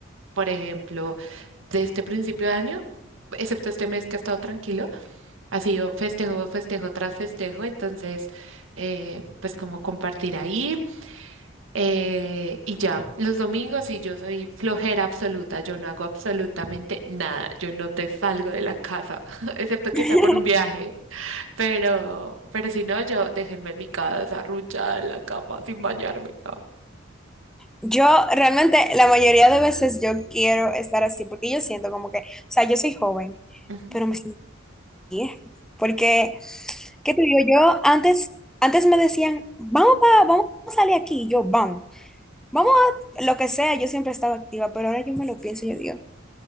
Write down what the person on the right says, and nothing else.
por ejemplo, de este principio de año, excepto este mes que ha estado tranquilo. Ha sido festejo, festejo tras festejo, entonces, eh, pues como compartir ahí eh, y ya. Los domingos sí, yo soy flojera absoluta, yo no hago absolutamente nada, yo no te salgo de la casa, <laughs> excepto que
sea por un viaje, pero, pero si no, yo déjenme en mi casa arrullada en la cama sin bañarme. ¿no?
Ujú.